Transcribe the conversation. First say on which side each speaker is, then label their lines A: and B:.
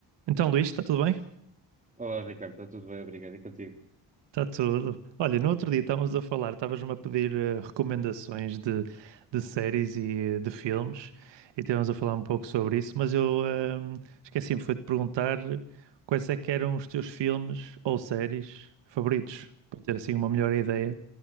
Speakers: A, on the right; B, on the right.
A: Então, Luís, está tudo bem?
B: Olá, Ricardo, está tudo bem? Obrigado. E contigo?
A: Está tudo. Olha, no outro
B: Bom,
A: dia estávamos a falar, estavas-me a pedir eh, recomendações de, de séries e eh, de filmes, e estávamos a falar um pouco sobre isso, mas eu ehm, esqueci-me, foi de perguntar quais é que eram os teus filmes ou séries favoritos, para ter assim uma melhor ideia